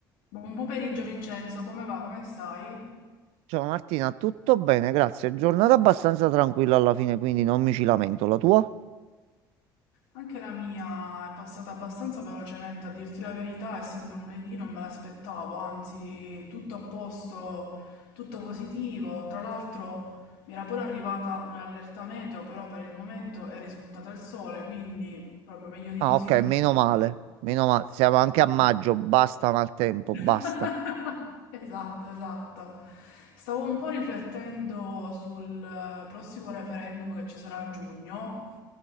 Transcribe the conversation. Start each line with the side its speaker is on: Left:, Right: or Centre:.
Left: Buon pomeriggio Vincenzo, come va? Come stai?
Right: Ciao Martina, tutto bene, grazie. Giornata abbastanza tranquilla alla fine, quindi non mi ci lamento. La tua?
Left: Anche la mia è passata abbastanza velocemente, a dirti la verità, essendo lunedì non me l'aspettavo, anzi tutto a posto, tutto positivo. Tra l'altro mi era pure arrivata un'allerta meteo, però per il momento è rispuntata il sole, quindi proprio meglio di
Right: Ah,
Left: così
Right: ok,
Left: non
Right: meno
Left: posso
Right: male.
Left: fare.
Right: Meno male.
Left: Sì,
Right: Siamo anche
Left: sì, sì.
Right: a maggio, basta maltempo,
Left: <laughs>
Right: basta.
Left: Esatto, esatto. Stavo un po' riflettendo sul eh, prossimo referendum che ci sarà a giugno